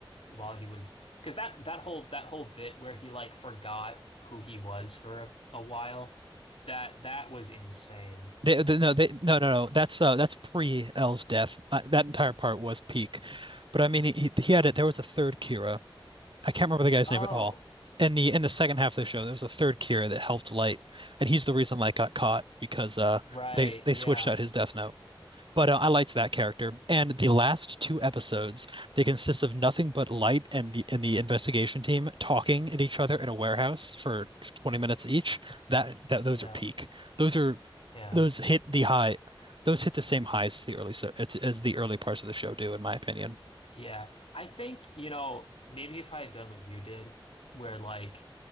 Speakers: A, on the left; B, on the right.
A: while he was because that that whole that whole bit where he like forgot who he was for a, a while that that was insane.
B: They, they, no, they, no, no, no. That's uh, that's pre L's death. Uh, that entire part was peak, but I mean, he, he had it. There was a third Kira, I can't remember the guy's
A: Oh,
B: name at all. In the in the second half of the show, there was a third Kira that helped Light, and he's the reason Light got caught because uh
A: right.
B: they they
A: Yeah.
B: switched out his Death Note. But uh, I liked that character, and the last two episodes they consist of nothing but Light and the and the investigation team talking at each other at a warehouse for 20 minutes each. That that those
A: Yeah.
B: are peak. Those are
A: Yeah.
B: those hit the high those hit the same highs as the early so as as the early parts of the show do, in my opinion.
A: Yeah, I think, you know, maybe if I had done what you did, where like